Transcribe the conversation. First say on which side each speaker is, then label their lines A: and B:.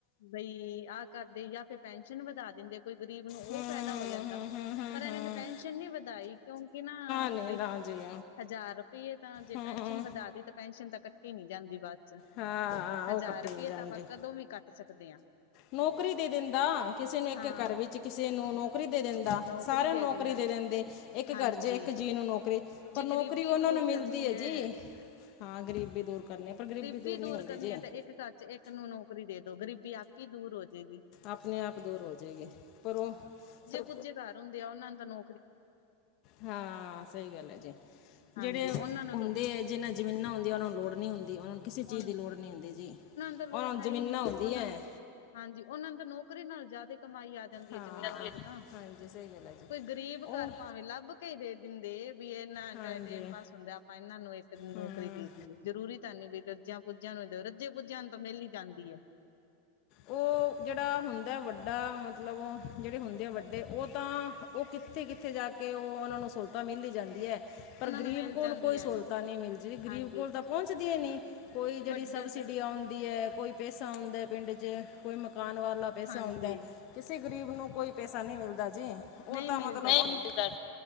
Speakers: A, on the left (about 70°); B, on the left (about 50°).
A: ਬਈ ਆਹ ਕਰਦੇ ਜਾਂ ਫਿਰ ਪੈਨਸ਼ਨ ਵਧਾ ਦਿੰਦੇ, ਕੋਈ ਗ਼ਰੀਬ ਨੂੰ ਉਹ
B: ਹੂੰ
A: ਫਾਇਦਾ ਹੋ ਜਾਂਦਾ।
B: ਹੂੰ ਹੂੰ ਹੂੰ
A: ਪਰ ਇਹਨਾਂ
B: ਹੂੰ
A: ਨੇ ਪੈਨਸ਼ਨ ਨਹੀਂ ਵਧਾਈ ਕਿਉਂਕਿ ਨਾ
B: ਨਹੀਂ
A: ਬਈ
B: ਨਾ ਜੀ
A: ਹਜ਼ਾਰ ਰੁਪਈਏ ਤਾਂ ਜੇ
B: ਹੂੰ
A: ਪੈਨਸ਼ਨ ਵਧਾ ਤੀ ਤਾਂ ਪੈਨਸ਼ਨ ਤਾਂ ਕੱਟੀ ਨੀ ਜਾਂਦੀ ਬਾਦ ਅੱਛਾ,
B: ਹਾਂ ਉਹ
A: ਹਜ਼ਾਰ
B: ਕੱਟੇ
A: ਰੁਪਈਏ
B: ਨਹੀਂ ਜਾਂਦੇ
A: ਤਾਂ ਆਪਾਂ ਕਦੋਂ ਵੀ ਕੱਟ ਸਕਦੇ ਆ।
B: ਨੌਕਰੀ ਦੇ ਦਿੰਦਾ, ਕਿਸੇ ਨੂੰ ਇੱਕ
A: ਹਾਂ
B: ਘਰ ਵਿੱਚ ਕਿਸੇ ਨੂੰ ਨੌਕਰੀ ਦੇ ਦਿੰਦਾ,
A: ਨੌਕਰੀ
B: ਸਾਰਿਆਂ ਨੂੰ ਨੌਕਰੀ
A: ਦਿੰਦਾ
B: ਦੇ ਦਿੰਦੇ। ਇੱਕ
A: ਹਾਂਜੀ
B: ਘਰ ਚ ਇੱਕ ਜੀਅ ਨੂੰ ਨੌਕਰੀ, ਪਰ
A: ਜੇ
B: ਨੌਕਰੀ
A: ਗ਼ਰੀਬੀ
B: ਉਹਨਾਂ
A: ਦੂਰ
B: ਨੂੰ ਮਿਲਦੀ
A: ਕਰਨੀ
B: ਏ
A: ਹੈ
B: ਜੀ, ਹਾਂ। ਗਰੀਬੀ ਦੂਰ ਕਰਨੀ, ਪਰ ਗਰੀਬੀ
A: ਗਰੀਬੀ
B: ਨਹੀਂ
A: ਦੂਰ
B: ਹੁੰਦੀ
A: ਕਰਨੀ
B: ਜੀ
A: ਆ ਤੇ ਇੱਕ ਘਰ ਚ ਇੱਕ ਨੂੰ ਨੌਕਰੀ ਦੇ ਦੋ, ਗਰੀਬੀ ਆਪੇ ਹੀ ਦੂਰ ਹੋ ਜੇਗੀ।
B: ਅਪਣੇ ਆਪ ਦੂਰ ਹੋ ਜਾਏਗੀ, ਪਰ ਉਹ ਫੇਰ
A: ਕੁਝ ਈ ਘਰ ਹੁੰਦੇ ਆ ਉਹਨਾਂ ਨੇ ਤੈਨੂੰ
B: ਹਾਂ ਸਹੀ ਗੱਲ ਐ ਜੀ, ਜਿਹੜੇ
A: ਹਾਂਜੀ ਉਹਨਾਂ ਨੂੰ
B: ਹੁੰਦੇ
A: ਤਾਂ
B: ਏ ਜਿਹਨਾਂ ਜ਼ਮੀਨਾਂ ਹੁੰਦੀਆਂ ਉਹਨਾਂ ਨੂੰ ਲੋੜ ਨਹੀਂ ਹੁੰਦੀ, ਉਹਨਾਂ ਨੂੰ ਕਿਸੇ ਚੀਜ਼
A: ਉਨ
B: ਦੀ ਲੋੜ ਨਹੀਂ ਹੁੰਦੀ ਜੀ,
A: ਤਾਂ ਲੋੜ
B: ਉਹਨਾਂ ਨੂੰ
A: ਹੈ
B: ਜ਼ਮੀਨਾਂ
A: ਹੀ ਨਹੀਂ
B: ਹੁੰਦੀ
A: ਉਹਨਾਂ
B: ਐ।
A: ਨੂੰ ਹਾਂਜੀ ਉਹਨਾਂ ਨੂੰ ਤੇ ਨੌਕਰੀ ਨਾਲ ਜ਼ਿਆਦਾ ਕਮਾਈ ਆ ਜਾਂਦੀ
B: ਹਾਂ
A: ਆ ਜ਼ਮੀਨਾਂ ਤੇ ਤਾਂ,
B: ਹਾਂਜੀ ਸਹੀ ਗੱਲ ਹੈ ਜੀ
A: ਕੋਈ ਗਰੀਬ
B: ਉਹ
A: ਘਰ ਭਾਵੇਂ ਲੱਭ ਕੇ ਦੇ ਦਿੰਦੇ ਵੀ ਇਹਨਾਂ
B: ਹਾਂਜੀ
A: ਟਾਈਮ ਪਾਸ ਹੁੰਦਾ, ਆਪਾਂ ਇਹਨਾਂ ਨੂੰ ਇੱਕ ਦਿਨ ਨੂੰ
B: ਹੂੰ
A: ਜ਼ਰੂਰੀ ਤਾਂ ਨੀ ਵੀ ਰੱਜਿਆ ਪੁੱਜਿਆ ਨੂੰ ਦੋ, ਰੱਜਿਆ ਪੁੱਜਿਆ ਨੂੰ ਤਾਂ ਮਿਲ ਹੀ ਜਾਂਦੀ ਐ।
B: ਓ ਜਿਹੜਾ ਹੁੰਦਾ ਵੱਡਾ ਮਤਲਬ ਜਿਹੜੇ ਹੁੰਦੇ ਵੱਡੇ ਓ ਤਾਂ ਉਹ ਕਿੱਥੇ-ਕਿੱਥੇ ਜਾ ਕੇ ਉਹ ਉਹਨਾਂ ਨੂੰ ਸਹੂਲਤਾਂ ਮਿਲ ਹੀ ਜਾਂਦੀ ਐ। ਪਰ
A: ਉਹਨਾਂ
B: ਗਰੀਬ
A: ਨੂੰ ਮਿਲ
B: ਕੋਲ
A: ਜਾਂਦੀ
B: ਕੋਈ
A: ਹੈ
B: ਸਹੂਲਤਾਂ ਨਹੀਂ ਮਿਲਦੀ, ਗਰੀਬ
A: ਹਾਂਜੀ
B: ਕੋਲ ਤਾਂ ਪਹੁੰਚਦੀਆਂ ਨਹੀ। ਕੋਈ ਜਿਹੜੀ
A: ਵੱਡਾ
B: ਸਬਸਿਡੀ
A: ਤਾਂ
B: ਆਉਂਦੀ ਐ, ਕੋਈ ਪੈਸਾ ਆਉਦਾ ਪਿੰਡ ਚ, ਕੋਈ ਮਕਾਨ ਵਾਲਾ ਪੈਸਾ
A: ਹਾਂਜੀ
B: ਆਉਂਦਾ। ਕਿਸੀ ਗ਼ਰੀਬ ਨੂੰ ਕੋਈ ਪੈਸਾ ਨਹੀ ਮਿਲਦਾ ਜੀ, ਉਹ
A: ਨਹੀਂ
B: ਤਾਂ
A: ਮਿਲਦਾ
B: ਮਤਲਬ, ਨਹੀਂ ਮਿਲਦਾ।
A: ਜੀ